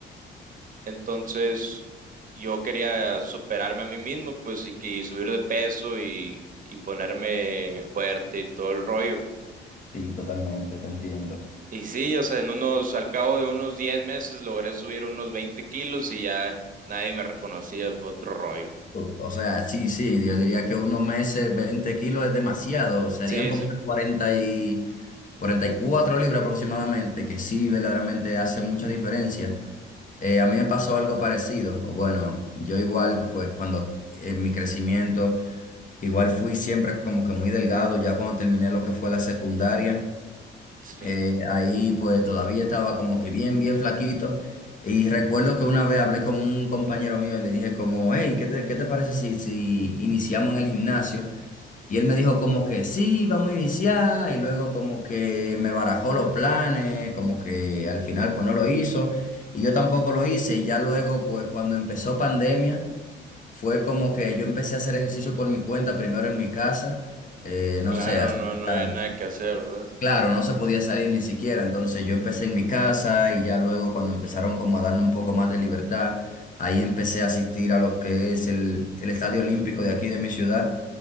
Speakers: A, on the right; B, on the left.
A: Entonces, yo quería superarme a mí mismo, pues, y, que- y subir de peso y, y ponerme fuerte y todo el rollo.
B: Sí, totalmente, te entiendo.
A: Y sí, o sea, en unos, al cabo de unos 10 meses logré subir unos 20 kilos y ya nadie me reconocía, fue otro rollo.
B: Uf, O sea, sí, sí, yo diría que unos meses, 20 kilos es demasiado, serían
A: Sí,
B: como
A: sí,
B: unas cuarenta y 44 libras aproximadamente, que sí, verdaderamente hace mucha diferencia. Eh, a mí me pasó algo parecido. o Bueno, yo igual, pues cuando en mi crecimiento, igual fui siempre como que muy delgado, ya cuando terminé lo que fue la secundaria,
A: sí.
B: eh, ahí pues todavía estaba como que bien, bien flaquito. Y recuerdo que una vez hablé con un compañero mío y le dije como, hey, ¿qué te, qué te parece si, si iniciamos en el gimnasio? Y él me dijo como que sí, vamos a iniciar, y luego como que me barajó los planes, como que al final pues no lo hizo, y yo tampoco lo hice, y ya luego pues cuando empezó pandemia, fue como que yo empecé a hacer ejercicio por mi cuenta, primero en mi casa, eh, no
A: Claro,
B: sé, hacía,
A: no, no había nada que hacer, ¿verdad?
B: claro, no se podía salir ni siquiera, entonces yo empecé en mi casa, y ya luego cuando empezaron como a darme un poco más de libertad, ahí empecé a asistir a lo que es el, el Estadio Olímpico de aquí de mi ciudad